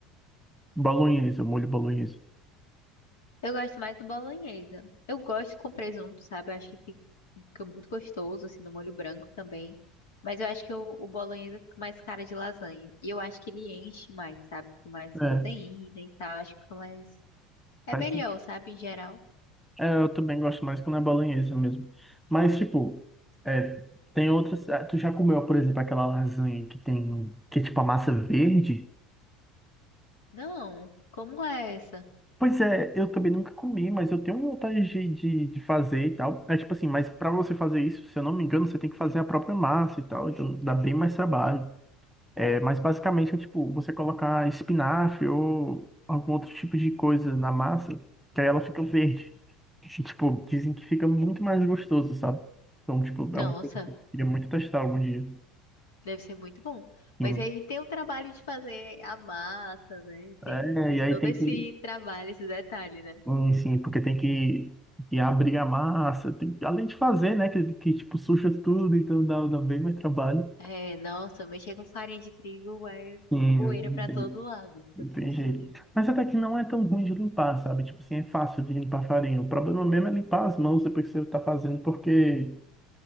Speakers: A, in the centre; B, on the left (about 90°).
A: bolonhesa, molho bolonhesa?
B: Eu gosto mais do bolonhesa. Eu gosto com presunto, sabe? Eu acho que fi- fica muito gostoso, assim, no molho branco também. Mas eu acho que o, o bolonhesa fica mais cara de lasanha. E eu acho que ele enche mais, sabe? Com mais proteína
A: É,
B: e tal. Acho que fica mais. É
A: faz-
B: melhor, sabe? Em geral.
A: é, eu também gosto mais quando é bolonhesa mesmo. Mas, tipo, é, tem outras... ah, Tu já comeu, por exemplo, aquela lasanha que tem... Que é, tipo, a massa verde?
B: Não, como é essa?
A: Pois é, eu também nunca comi, mas eu tenho vontade de, de, de fazer e tal. É tipo assim, mas pra você fazer isso, se eu não me engano, você tem que fazer a própria massa e tal, então dá bem mais trabalho. É, mas basicamente é tipo, você colocar espinafre ou algum outro tipo de coisa na massa, que aí ela fica verde. E, tipo, dizem que fica muito mais gostoso, sabe? Então, tipo,
B: Nossa,
A: é um que eu queria muito testar algum dia.
B: deve ser muito bom.
A: Sim.
B: Mas aí tem o trabalho de fazer a massa, né? Tem,
A: É,
B: tem
A: e aí
B: todo
A: tem
B: esse
A: que
B: trabalho, esse detalhe, né?
A: Sim, sim, porque tem que, que abrir a massa, tem, além de fazer, né? Que, que tipo, suja tudo, então dá, dá bem mais trabalho.
B: É, nossa, mexer com farinha de trigo é
A: Sim,
B: poeira
A: não
B: pra
A: tem
B: todo lado, fica
A: não tem
B: tudo sujo.
A: jeito. Mas até que não é tão ruim de limpar, sabe? Tipo assim, é fácil de limpar farinha. O problema mesmo é limpar as mãos depois que você tá fazendo, porque,